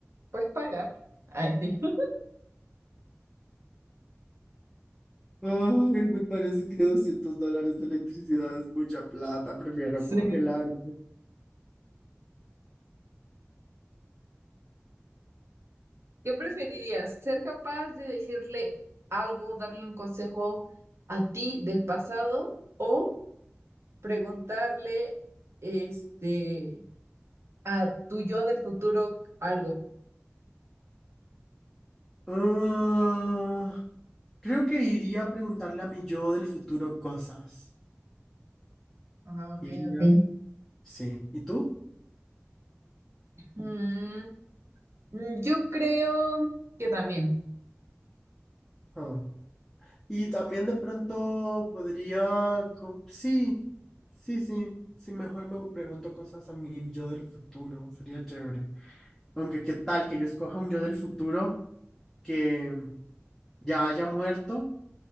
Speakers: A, on the right (about 70°); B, in the centre.
A: pues pagar. Ay, sí. <laughs>
B: Ay, me parece que 200 dólares de electricidad es mucha plata, prefiero
A: Sí.
B: congelarme.
A: ¿Qué preferirías? ¿Ser capaz de decirle algo, darle un consejo a ti del pasado o preguntarle este a tu yo del futuro algo?
B: Ah, Creo que iría a preguntarle a mi yo del futuro cosas.
A: Ah, ok,
B: Iría.
A: ok.
B: Sí. ¿Y tú?
A: Mm, mm, yo creo que también.
B: Ah. Y también de pronto podría... co- Sí, sí, sí. Sí, mejor me pregunto cosas a mi yo del futuro. Sería chévere. Aunque qué tal que yo escoja un yo del futuro que ya haya muerto